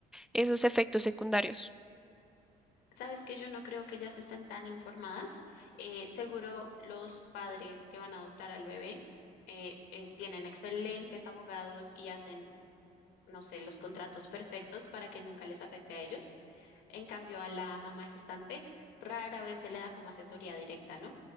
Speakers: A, in the centre; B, on the left (about 85°).
A: esos efectos secundarios.
B: Sabes que yo no creo que ellas estén tan informadas. Eh, seguro los padres que van a adoptar al bebé eh, eh, tienen excelentes abogados y hacen, no sé, los contratos perfectos para que nunca les afecte a ellos. En cambio, a la mamá gestante rara vez se le da como asesoría directa, ¿no?